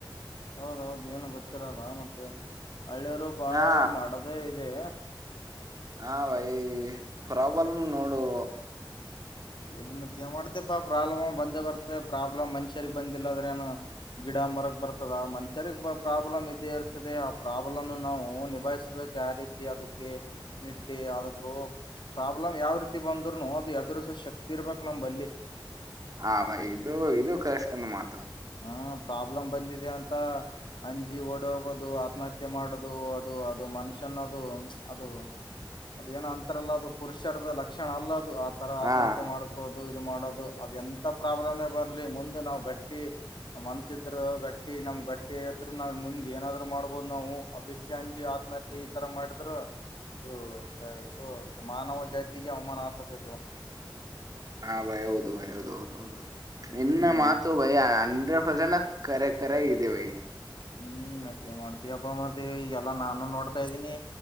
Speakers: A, on the left; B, on the right.
A: ಹೌದೌದು್ ಏನು ಗೊತ್ತಿರಲ್ಲ ಮತ್ತೆ ಹಳ್ಳಿಯರು ಬಾಳ
B: ಹಾ
A: ಮಾಡದೇ. ಇದೆ.
B: ಹಾ ಭೈ ಪ್ರಾಬ್ಲಮ ನೋಡು.
A: ಇಲ್ಲ ಇಲ್ಲಿ ಮತ್ತ ಏನ್ ಮಾಡ್ತಪಾ ಪ್ರಾಬ್ಲಮ್ ಬಂದ ಬರ್ತದೆ ಪ್ರಾಬ್ಲಮ್ ಮನುಷ್ಯರಿಗೆಗ್ ಬಂದಿಲ್ಲದ್ರೆ ಏನು ಗಿಡ ಮರಕ್ ಬರ್ತದ ಮನುಷ್ಯರಿಗೆ ಪ್ರಾಬ್ಲಮ್ ಇದೇ ಇರ್ತದೆ ಆ ಪ್ರಾಬ್ಲಮ್ ನಾವು ನಿಭಾಯಿಸಬೇಕ ಯೆ. ಯ ರೀತಿ ಅದಕ್ಕೆ ನಿಟ್ಟಿ ಅದಕ್ಕ ಪ್ರಾಬ್ಲಮ್ ಯಾವ ರೀತಿ ಬಂದ್ರುನು ಅದು ಎದರು. ಶಕ್ತಿ ಇರ್ಬೇಕಕ್ು ನಮಂಬಲ್ಲಿ.
B: ಹ ಬ ಇದು ಇದು ಕಷ್ಟನ್ ಮಾತು.
A: ಹ್ಮ್ ಪ್ರಾಬ್ಲಮ್ ಬಂದಿದೆ ಅಂತ ಅಂಜಿ ಓಡ ಹೋಗೋದು ಆತ್ಮಹತ್ಯೆ ಮಾಡೋದು ಅದು ಅದು. ಮನುಷ್ಯನ ಅದು ಅದು ಅದು ಏನ ಅಂತಾರಲ್ಲ ಅದು ಪುರುಷರ ಲಕ್ಷಣ ಅಲ್ಲ. ದು ಆ ತರ ಆತ್ಮಹತ್ಯೆ
B: ಹಾ
A: ಮಾಡ್ಕೋದು ಇದು ಮಾಡೋದು ಅದು ಎಂತ ಪ್ರಾಬ್ಲಮೇ ಬರ್ಲಿ ಮುಂದ ನಾವು ಬೆಟ್ಟ. ಪೇ. ನ್ ಮನ್ಸ ಇದ್ರ ಗಟ್ಟಿ ನಮ್ ಗಟ್ಟಿ್ರ ನ ಮುಂದ್ ಏನಾದ್ೂ ಮಾಡ್ಬೋದು ನಾವು ಅದಕ್ಕೆ ಅಂಜಿ. ಮತ್ತೆ ಈ ತರ ಮಾಡಿದ್ರು. ಇದು ಇದು ಮಾನವ ಜಾತಿಗೆ ಅವಮಾನ ಆಗ್ತದೆ ಅದು.
B: ಹಾ ಭೈ ಹೌದು ಭೈ ಹೌದು ಹೌದುೌದು
A: ಹ್ಮ್
B: ಇನ್ನ ಮಾತು ಭಯ ಅಂದ. ಪ್ರಜಂಡ ಕರೆ ಕರೆ ಇದೆವೈ.
A: ಹ್ಮ್ ಮತ್ತೇನ್ ಮಾಡ್ತಯಪ್ಪಾ ಮತ್ತೆ ಈ ಎಲ್ಲಾ ನಾನು ನೋಡ್ತಾ ಇದ್ದೀನಿ.